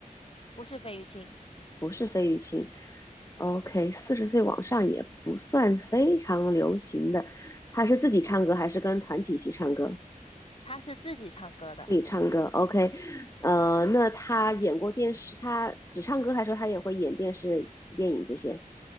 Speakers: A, on the left (about 40°); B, on the left (about 20°).
A: 不是费玉清，
B: 不是费玉清，OK，四十岁往上也不算非常流行的，他是自己唱歌还是跟团体一起唱歌？
A: 他是自己唱歌的。
B: 自己唱歌，OK，呃，那他演过电视，他只唱歌还是说他也会演电视、电影这些？